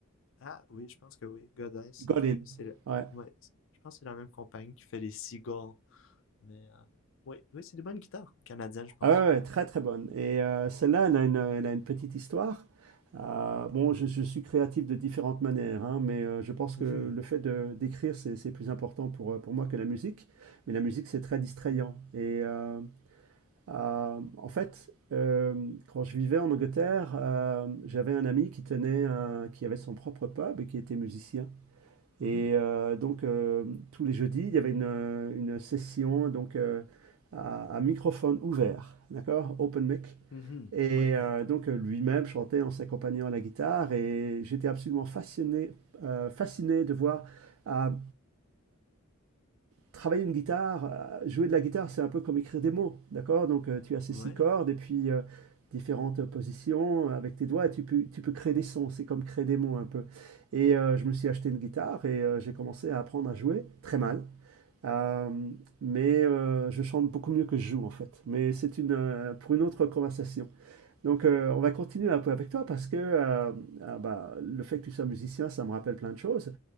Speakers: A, on the left; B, on the right.
A: Ah oui, je pense que oui. Godin, c'est,
B: Godin.
A: c'est le-
B: Ouais.
A: ouais, c'est- je pense que c'est la même compagnie qui fait les Seagulls. Mais euh, oui, oui, c'est des bonnes guitares canadiennes, je pense.
B: Ah ouais, ouais,
A: Oui.
B: très très bonne. Et euh, celle-là, elle a une, elle a une petite histoire. Euh, bon, je, je suis créatif de différentes manières, hein, mais euh, je pense
A: Mhm,
B: que le fait de d'écrire, c'est c'est plus important pour, euh, pour moi que la musique. Mais la musique, c'est très distrayant. Et euh, Euh, en fait, euh, quand je vivais en Angleterre, euh, j'avais un ami qui tenait un- qui avait son propre pub et qui était musicien.
A: mhm,
B: Et euh, donc euh, tous les jeudis, il y avait une, une session donc euh, à, à microphone ouvert, d'accord, open mic.
A: mhm.
B: Et
A: Ouais,
B: euh,
A: ouais,
B: donc euh, lui-même chantait en s'accompagnant à la guitare. Et j'étais absolument fasciné, euh, fasciné de voir. à travailler une guitare, euh, jouer de la guitare, c'est un peu comme écrire des mots, d'accord? Donc euh, tu as ces
A: ouais.
B: six cordes et puis euh, différentes positions avec tes doigts et tu peux, tu peux créer des sons, c'est comme créer des mots un peu. Et euh, je me suis acheté une guitare et euh, j'ai commencé à apprendre à jouer très mal. Euh, mais euh, je chante beaucoup mieux que je joue en fait. Mais c'est une, euh, pour une autre conversation. Donc
A: Mhm.
B: euh, on va continuer un peu avec toi parce que euh, ah bah, le fait que tu sois musicien, ça me rappelle plein de choses.